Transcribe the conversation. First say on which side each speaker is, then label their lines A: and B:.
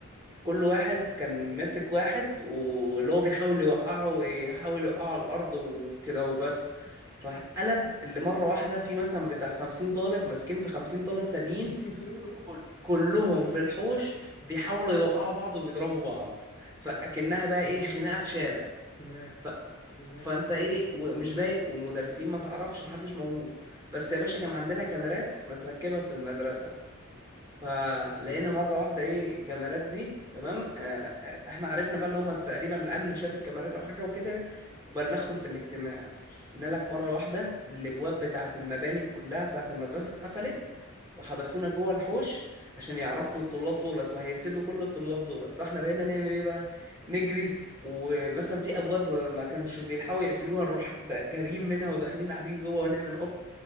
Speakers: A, on the right; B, on the left.
A: كل واحد كان ماسك واحد واللي هو بيحاول يوقعه ويحاول يوقعه على الارض وكده وبس فقلب اللي مره واحده في مثلا بتاع 50 طالب ماسكين في 50 طالب تانيين
B: <laughs>
A: كل- كلهم في الحوش بيحاولوا يوقعوا بعض وبيضربوا بعض فاكنها بقى
B: يا
A: ايه
B: نهار
A: خناقه
B: اسود
A: في شارع
B: خناقة
A: ف...
B: خناقة
A: فانت ايه ومش بايق والمدرسين ما تعرفش محدش موجود بس يا باشا كان عندنا كاميرات متركبه في المدرسه فلقينا
B: اه
A: مره واحده ايه الكاميرات دي تمام آه آه، احنا عرفنا بقى اللي هم تقريبا الامن شاف الكاميرات او حاجه وكده وبلغهم في الاجتماع قلنا لك مره واحده الابواب بتاعه المباني كلها بتاعه المدرسه اتقفلت وحبسونا جوه الحوش عشان يعرفوا الطلاب دولت وهيرفدوا كل الطلاب دولت فاحنا بقينا نعمل ايه بقى نجري ومثلا في ابواب ما كانش بيلحقوا يقفلوها نروح دا- جاريين منها وداخلين قاعدين جوه ونعمل قط